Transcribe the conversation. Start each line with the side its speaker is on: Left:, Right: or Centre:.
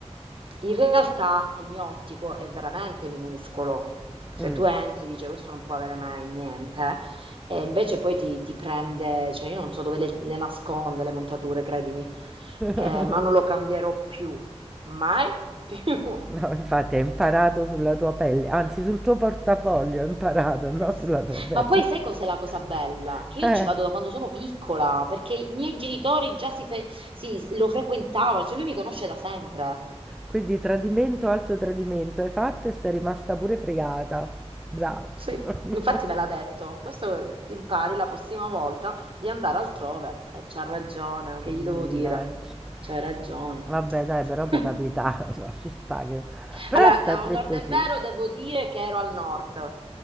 Right: In realtà il mio ottico è veramente minuscolo. Cioè
Centre: Mh.
Right: tu entri, dice, questo non può avere mai niente, e invece poi ti, ti prende, cioè io non so dove le, le nasconde le montature, credimi, Eh,
Centre: <laughs>
Right: ma non lo cambierò più, mai più. <laughs>
Centre: No, infatti hai imparato sulla tua pelle, anzi sul tuo portafoglio hai imparato, no
Right: Eh sì.
Centre: sulla tua pelle.
Right: Ma poi sai
Centre: <laughs>
Right: cos'è la cosa bella? Che io
Centre: Eh,
Right: ci vado da quando sono piccola, perché i miei genitori già si, fe- si- lo frequentavano, cioè lui mi conosce da sempre.
Centre: quindi tradimento, alto tradimento, hai fatto e sei rimasta pure fregata. Bravo.
Right: Sì,
Centre: <laughs>
Right: infatti me l'ha detto. Questo ti impari la prossima volta di andare altrove. E c'ha ragione, che
Centre: Mannaggia.
Right: gli devo dire? C'hai ragione.
Centre: Vabbè, dai, però può
Right: <laughs>
Centre: capitare, <laughs> no, ci sta che... Però
Right: Allora,
Centre: è sempre
Right: eh, a onor
Centre: così.
Right: del vero, devo dire che ero al nord,